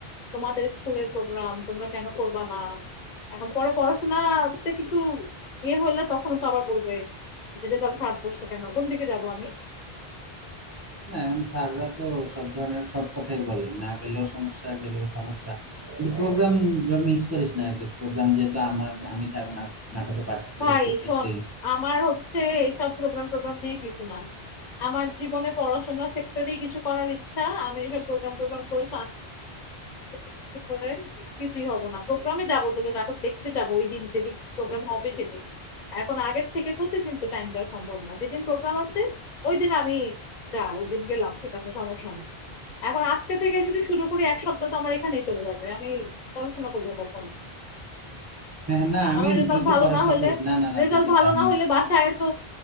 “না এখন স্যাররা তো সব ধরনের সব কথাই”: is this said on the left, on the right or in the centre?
Right